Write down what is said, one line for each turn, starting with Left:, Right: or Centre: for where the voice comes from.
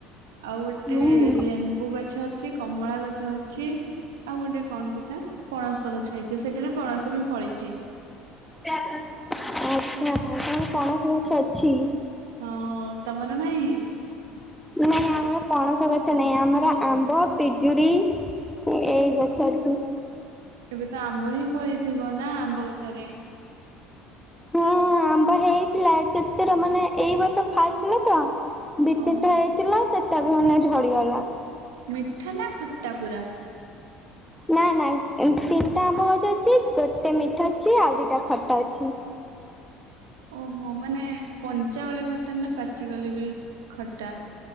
Right: ଆଉ ଗୋଟେ
Centre: ହୁଁ।
Right: ଲେମ୍ବୁ ଗଛ ଅ ଛି କମଳା ଗଛ ଅଛି ଆଉ ଗୋଟେ କଣ୍ ସେଟା ପଣସ ଗଛ ହେଇଚି ସେଥିରେ ପଣସ ବି ଫଳିଛି।
Centre: ଆଚ୍ଛା ତାହାଲେ ପଣସ ଗଛ ଅଛି।
Right: ହଁ ତମର ନାହିଁ?
Centre: ନାହିଁ ଆମ ପଣସ ଗଛ ନାଇଁ ଆମର ଆମ୍ବ ପିଜୁଡି ଏଇ ଗଛ ଅଛି।
Right: ଏବେ ତ ଆମ୍ବ ହିଁ ଫଳିଥିବ ନା ଆମ୍ବ ଗଛରେ?
Centre: ହଁ ଆମ୍ବ ହେଇଥିଲା କେତେଟା ମାନେ ଏଇ ବର୍ଷ ଫାଷ୍ଟ ଥିଲା ତ ଦିଇ
Right: ଓହୋ
Centre: ତିନିଟା ହେଇଥିଲା ସେଟା ବି ମାନେ ଝଡିଗଲା।
Right: ମିଠା ନା ଖଟା ପୁରା?
Centre: ନା ନା ତିନିଟା ଆମ୍ବ ଗଛ ଅଛି ଗୋଟେ ମିଠା ଅଛି ଆଉ ଦିଟା ଖଟା ଅଛି।
Right: ଓହୋ ମାନେ କଞ୍ଚା ବେଳେ ଖଟା ନା ପାଚି ଗଲେ ବି ଖଟା?